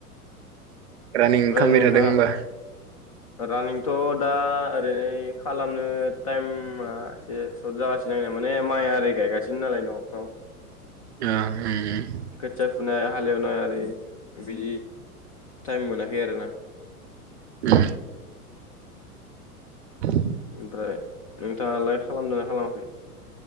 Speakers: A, on the right; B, on the left.
A: रानिं
B: ओमफ्राय
A: खालामबाय
B: नोंथाङा
A: थादों होमबा
B: रानिंथ दा बे खालामनो टाइम एसे सर्ट जागासिनो दंया माने माइआरि ओै गायगासिनो नालाय नफोराव
A: अ ओम ओम
B: खोथिया फुनाय हालेवनाय आरि बिदि टाइम मोनाखै आरोना
A: उम <unintelligible>
B: ओमफ्राय नोंथाङालाय खालामदों ना खालामाखै